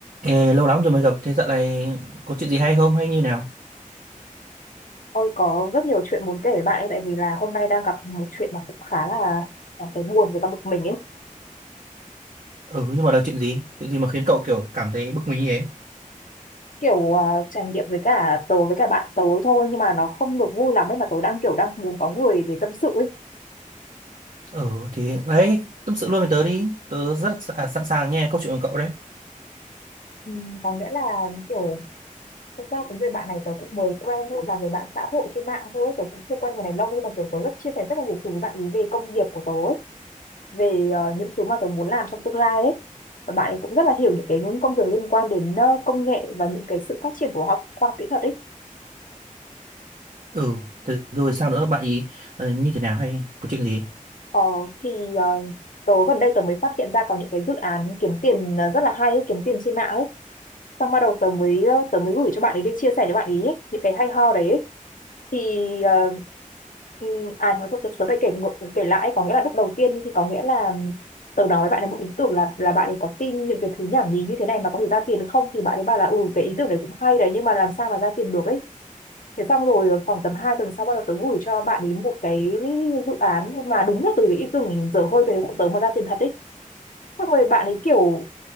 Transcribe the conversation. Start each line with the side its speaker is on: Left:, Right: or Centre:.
Right: Ê, lâu lắm rồi mới gặp, thế dạo này có chuyện gì hay không hay như nào?
Left: Tôi có rất nhiều chuyện muốn kể với bạn ấy tại vì là hôm nay đang gặp một chuyện mà cũng khá là cảm thấy buồn và cả bực mình ấy.
Right: Ừ, nhưng mà là chuyện gì? Chuyện gì mà khiến cậu kiểu cảm thấy bực mình như thế?
Left: Kiểu à, trải nghiệm với cả tớ với cả bạn tớ thôi nhưng mà nó không được vui lắm ấy mà tớ đang kiểu đang muốn có người để tâm sự ấy.
Right: Ừ, thì đấy, tâm sự luôn với tớ đi, tớ rất sẵ- sẵn sàng nghe câu chuyện của cậu đấy.
Left: Ừ, có nghĩa là kiểu thực ra cái người bạn này tớ cũng mới quen thôi là người bạn xã hội trên mạng thôi tớ cũng chưa quen người này lâu nhưng mà kiểu tớ rất chia sẻ rất là nhiều thứ với bạn ấy về công việc của tớ ấy, về à, những thứ mà tớ muốn làm trong tương lai ấy. Và bạn ấy cũng rất là hiểu những cái những công việc liên quan đến ờ, công nghệ và những cái sự phát triển của học khoa học kỹ thuật ấy
Right: Ừ, thế rồi sao nữa, bạn ý ờ, như thế nào hay có chuyện gì?
Left: Ờ, thì ờ, tớ gần đây tớ mới phát hiện ra có những cái dự án kiếm tiền ờ, rất là hay ấy, kiếm tiền trên mạng ấy. Xong bắt đầu tớ mới ờ, tớ mới gửi cho bạn ấy để chia sẻ cho bạn ấy những cái hay ho đấy ấy. Thì ờ, ừ, à nhưng mà thôi tớ, tớ phải kể ngược- kể lại có nghĩa là lúc đầu tiên thì có nghĩa là tớ nói với bạn ấy một ý tưởng là là bạn ấy có tin những cái thứ nhảm nhí như thế này mà có thể ra tiền không thì bạn ấy bảo là ừ cái ý tưởng này cũng hay đấy nhưng mà làm sao mà ra tiền được ấy Thế xong rồi khoảng tầm 2 tuần sau bắt đầu tớ gửi cho bạn ấy một cái dự án mà đúng là từ cái ý tưởng dở hơi về của tớ mà ra tiền thật ấy. Xong rồi bạn ấy kiểu